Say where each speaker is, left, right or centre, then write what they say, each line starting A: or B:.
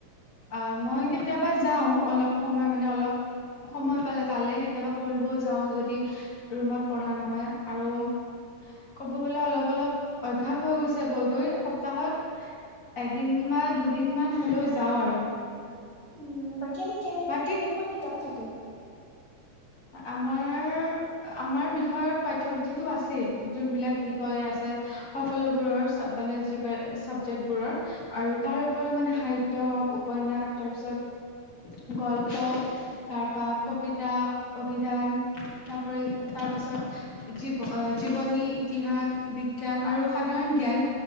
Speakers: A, on the left (about 85°); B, on the left (about 40°).
A: অ' মই কেতিয়াবা যাওঁ, অলপ সময় মানে অলপ সময় পালে তালে কেতিয়াবা পঢ়িবও যাওঁ যদি ৰুমত পঢ়া নহয় আৰু ক'ব গ'লে অলপ অলপ অভ্যাস হৈ গৈছে গৈ গৈ, সপ্তাহত এদিন বা দুদিনমান হ'লেও যাওঁ আৰু।
B: উম, বাকী এনে কেনে
A: বাকী
B: কেনেকুৱা কিতাপ থাকে?
A: আমাৰ আমাৰ বিষয়ত পাঠ্যপুথিতো আছেই, যোনবিলাক বিষয় আছে সকলোবোৰৰ মানে যিবোৰ চাবজেক্টবোৰৰ আৰু তাৰ উপৰিও মানে সাহিত্য হওক, উপন্যাস, তাৰপিছত গল্প তাৰপা কবিতা অভিধান তাৰউপৰি, তাৰপিছত জীৱ-জীৱনী, ইতিহাস, বিজ্ঞান আৰু সাধাৰণ জ্ঞান